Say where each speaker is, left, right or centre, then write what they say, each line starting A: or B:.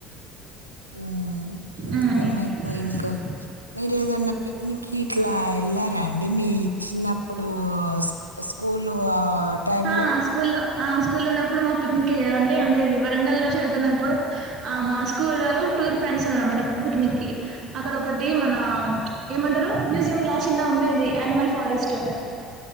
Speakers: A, on the right; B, on the right.
A: ఉ అంతే
B: ఉమ్
A: మీకు ఇంకా మీరు ఏదనా పిక్నిక్ ఇట్లా వెళ్ళారా అండి మీ చిన్నప్పుడు స్కూల్ లో టైమ్
B: ఆ స్కూల్లో ఆ స్కూల్లో ఉన్నప్పుడు మా పిక్నిక్ ఏండే ఉండేది వరంగల్ లో చదువు నప్పుడు ఆ మా స్కూల్లో టూర్ ప్లాన్స్ చేసారనమాట పిక్నిక్ కి అక్కడ ఒకటి మన ఏమంటారు మ్యూ జియంలా చిన్నగుండేది అనిమల్ ఫారెస్ట్